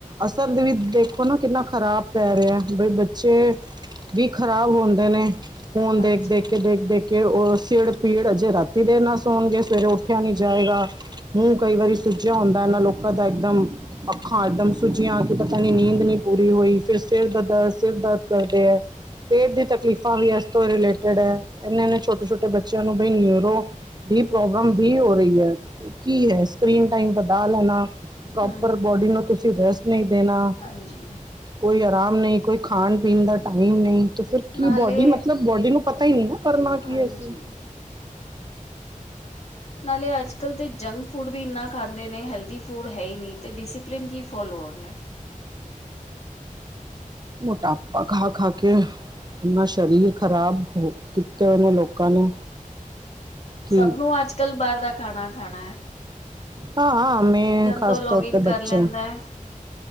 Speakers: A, on the right; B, on the left.
A: ਅਸਰ ਵੀ ਦੇਖੋ ਨਾ ਕਿੰਨਾ ਖ਼ਰਾਬ ਪੈ ਰਿਆ। ਬਈ ਬੱਚੇ- ਵੀ ਖ਼ਰਾਬ ਹੋਂਦੇ ਨੇ। ਫੋਨ
B: ਹਾਂਜੀ
A: ਦੇਖ -ਦੇਖ ਕੇ, ਦੇਖ -ਦੇਖ ਕੇ। ਕਿ ਓ ਸਿੜ ਪੀੜ ਅਜੇ ਰਾਤੀ ਦੇਰ ਨਾਲ ਸੌਣਗੇ। ਸਵੇਰੇ ਉੱਠਿਆ ਨੀ ਜਾਏਗਾ। ਮੂੰਹ ਕਈ ਵਾਰੀ ਸੁੱਜਿਆ ਹੁੰਦਾ ਏਨਾਂ ਲੋਕਾਂ ਦਾ ਇੱਕਦਮ। ਅੱਖਾਂ ਇਕਦਮ ਸੁੱਜੀਆਂ ਕਿ ਪਤਾ ਨੀ ਨੀਂਦ ਨੀ ਪੂਰੀ ਹੋਈ। ਫਿਰ ਸਿਰ ਦਰਦ- ਸਿਰ ਦਰਦ ਕਰਦੇ ਐ। ਪੇਟ ਦੀ ਤਕਲੀਫ਼ਾਂ ਵੀ ਇਸ ਤੋਂ ਰਿਲੇਟਿਡ ਐ। ਏਨੇ- ਏਨੇ ਛੋਟੇ ਛੋਟੇ ਬੱਚਿਆਂ ਨੂੰ ਬਈ ਨਰੋ- ਦੀ ਪ੍ਰੋਬਲਮ ਵੀ ਹੋ ਰਹੀ ਐ। ਕੀ ਹੈ ਸਕ੍ਰਰੀਨ ਟਾਈਮ ਵਧਾ ਲੈਣਾ।
B: ਹਮ
A: ਪਰ ਬੋਡੀ ਨੂੰ ਤੁਸੀਂ ਰੈਸਟ ਨਹੀਂ ਦੇਣਾ।
B: ਹਾਂਜੀ
A: ਕੋਈ ਆਰਾਮ ਨਈ, ਕੋਈ ਖਾਣ ਪੀਣ ਦਾ ਟਾਈਮ ਨਈ, ਤਾਂ ਫਿਰ ਕੀ
B: ਨਾਲੇ
A: ਬੋਡੀ ਮਤਲਬ ਬੋਡੀ ਨੂੰ ਪਤਾ ਈ ਨਈ ਨਾ। ਕਰਨਾ ਕੀ
B: ਹਾਂਜੀ
A: ਅਸੀ।
B: ਨਾਲੇ ਅੱਜ ਕੱਲ੍ਹ ਤੇ ਜੰਕ ਫੂਡ ਵੀ ਏਨਾ ਖਾਂਦੇ ਨੇ ਹੈਲਦੀ ਫੂਡ ਹੈ ਈ ਨੀ। ਤੇ ਡਿਸਿਪ- ਲਿੰਨ ਕੀ ਫੋਲੋ ਹੋ ਰਿਆ।
A: ਮੋਟਾਪਾ ਖਾ ਖਾ ਕੇ- ਏਨਾ ਸਰੀਰ ਖ਼ਰਾਬ ਹੋ ਕੀਤੇ ਹੋਏ ਨੇ ਲੋਕਾਂ ਨੇ। ਕਿ
B: ਸਭ ਨੂੰ ਅੱਜ-ਕੱਲ ਬਾਰ ਦਾ ਖਾਣਾ ਖਾਣਾ ਐ।
A: ਹਾਂਆ ਮੈਂ, ਖਾਸ
B: ਤੋਂ ਲੌਗਇਨ
A: ਤੌਰ ਤੇ
B: ਕਰ
A: ਬੱਚਾ
B: ਲੈਂਦਾ ਹੈ